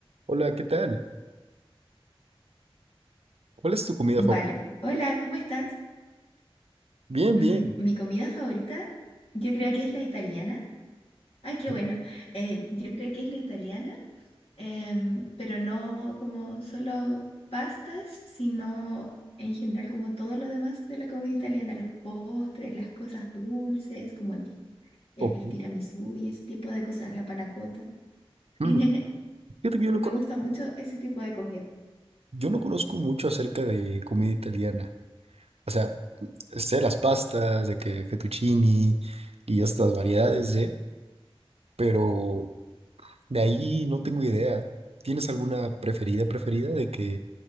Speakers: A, on the right (about 80°); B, on the left (about 75°).
A: Hola, ¿qué tal? ¿Cuál es tu comida
B: Vale.
A: favorita?
B: Hola, ¿cómo estás?
A: Bien,
B: Mm,
A: bien.
B: mi comida favorita, yo creo que es la italiana. Ay, qué
A: <laughs>
B: bueno. Eh, yo creo que es la italiana, em, pero no como solo pastas, sino en general como todo lo demás de la comida italiana, los postres, las cosas dulces, como el, el
A: Ok.
B: tiramisú y ese tipo de cosas, la panna cotta.
A: Mm,
B: <laughs>
A: Fíjate que yo
B: Me
A: no conozco,
B: gusta mucho ese tipo de comida.
A: yo no conozco mucho acerca de comida italiana. O sea, sé las pastas, de que fettuccini y estas variedades de, pero de ahí no tengo idea. ¿Tienes alguna preferida, preferida de que